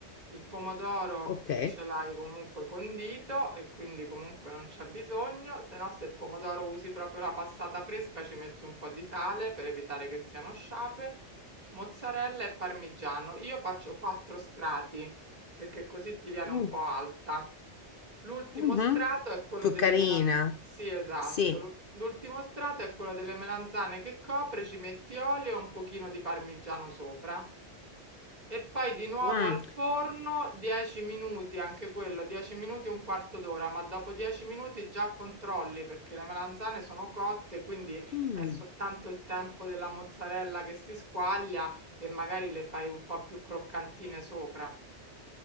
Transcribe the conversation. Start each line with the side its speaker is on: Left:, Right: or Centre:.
Right: Il pomodoro
Left: Ok.
Right: ce l'hai comunque condito e quindi comunque non c'è bisogno, se no se il pomodoro usi proprio la passata fresca ci metti un po' di sale per evitare che siano sciape, mozzarella e parmigiano. Io faccio quattro strati perché così ti viene
Left: mm,
Right: un po' alta. L'ultimo
Left: mhm,
Right: strato è quello
Left: Più
Right: delle
Left: carina.
Right: melan sì, esatto.
Left: Sì.
Right: l'u- L'ultimo strato è quello delle melanzane che copre, ci metti olio e un pochino di parmigiano sopra. E poi di nuovo
Left: mm,
Right: al forno 10 minuti, anche quello, 10 minuti un quarto d'ora, ma dopo 10 minuti già controlli perché le melanzane sono cotte, quindi
Left: mm.
Right: è soltanto il tempo della mozzarella che si squaglia e magari le fai un po' più croccantine sopra.